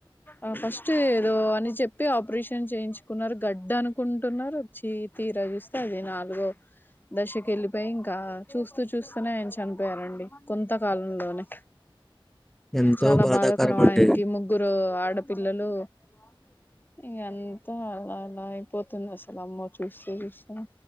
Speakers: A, on the left; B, in the centre.
A: ఆ ఫస్ట్ ఏదో అని చెప్పి ఆపరేషన్ చేయించుకున్నారు గడ్డ అనుకుంటున్నారు చి తీరా జూస్తే అది నాలుగో దశకి వెళ్ళిపోయి ఇంకా చూస్తూ చూస్తూనే ఆయన చనిపోయారండి కొంతకాలంలోనే
B: ఎంతో
A: చాలా
B: బాధాకరం అండి
A: ఆయనకి ముగ్గురు ఆడపిల్లలు అ ఇంగంతా అలా అలా అయిపోతుంది అసలు అమ్మో చూస్తూ చూస్తూనే